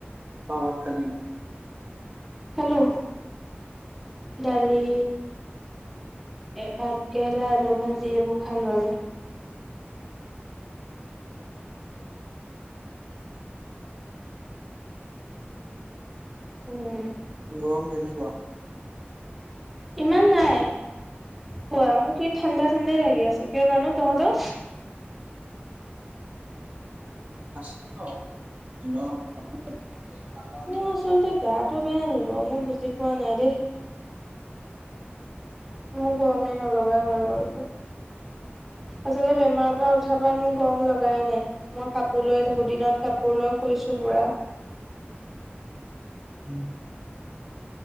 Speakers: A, on the right; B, in the centre.
A: ত বাত খালি।
B: খালো, দালি ভাতকে খা আলু ভাজি এইবোৰ খালো আমি। উম।
A: গৰম কেনেকুৱা?
B: ইমান নাই। কোৱা, মোক এই ঠাণ্ডা ঠাণ্ডাই লাগি আছে কিয় জানো। তহঁতৰ?
A: আছে <inaudible> অনুভৱ
B: মোৰ আচলতে
A: হোৱা নাই।
B: গাটো বেয়া নি বাও? মই বুজি পোৱা নাই দেই। মোৰ গৰমেই নলগা হৈ গ'লকে। আচলতে বেমাৰৰ পৰা উঠাৰ পৰা মোৰ গৰম লগাই নাই মই কাপোৰ লৈয়ে থাকো দিনত কাপোৰ। সৰুলৈ শুইছোঁ বুঢ়া।
A: <inaudible>